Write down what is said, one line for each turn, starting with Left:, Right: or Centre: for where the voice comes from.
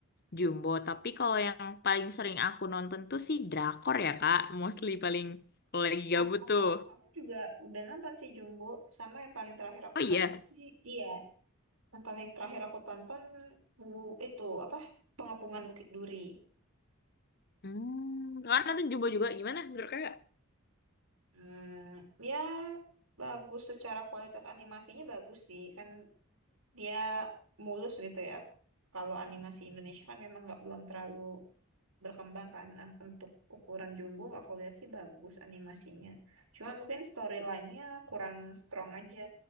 Left: Jumbo. Tapi kalau yang paling sering aku nonton tuh sih drakor ya Kak. Mostly paling kalau lagi gabut
Right: Ah, Aku
Left: tuh.
Right: aku juga udah nonton sih Jumbo, sama yang paling terakhir aku
Left: Oh iya.
Right: tonton sih, iya, yang paling terakhir aku tonton bu itu apa? Pengepungan Bukit Duri.
Left: Hmm, Kakak nonton Jumbo juga gimana menurut Kakak?
Right: Hmm, ya bagus secara kualitas animasinya bagus sih kan dia mulus gitu ya. Kalau animasi Indonesia kan memang nggak belum terlalu berkembang kan. Nah, untuk ukuran jumbo aku lihat sih bagus animasinya. Cuma mungkin storyline-nya kurang strong aja.